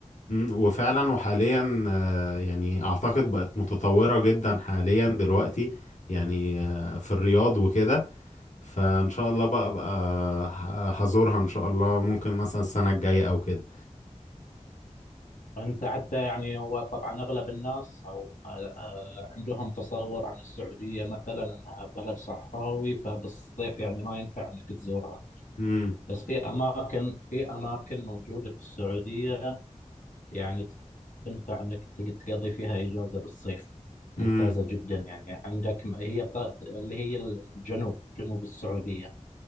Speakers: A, on the left; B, on the left.
A: أمم، وفعلا وحاليا آه، يعني اعتقد بقت متطورة جدا حاليا دلوقتي يعني آه، في الرياض وكده فان شاء الله بقى بقى هزورها ان شاء الله ممكن مثلا السنة الجاية او كده
B: أنت حتى يعني هو طبعا أغلب الناس أو آه، آه، عندهم تصور عن السعودية مثلا أنها بلد صحراوي فبالصيف يعني ما ينفع أنك تزورها
A: امم
B: بس في أماكن في أماكن موجودة في السعودية يعني تنفع انك تق- تقضي فيها اجازه بالصيف
A: امم
B: ممتازه جدا يعني عندك م- هي الط- اللي هي الجنوب جنوب السعوديه